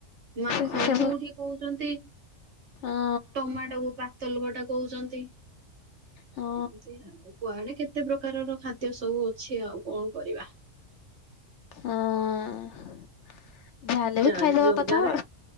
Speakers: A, on the right; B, on the left.
A: ମାଖନ
B: ସେ ସେ
A: କୋଉଠି କୋହୁଚନ୍ତି।
B: ହଁ
A: ଟମାଟ କୁ ପାତଲ। କୂଅଟା କୋଉଚନ୍ତି।
B: ହଁ
A: ଏମତି ଆଉ କୁଆଡେ କେତେ ପ୍ରକାରର ଖାଦ୍ୟ ସବୁ ଅଛି ଆଉ କଣ କରିବା।
B: ହଁ। ଯାହାହେଲେ
A: ଯ
B: ବି ଖାଇଦବା
A: ଯୋଉ
B: କଥା
A: ଜାଗାରେ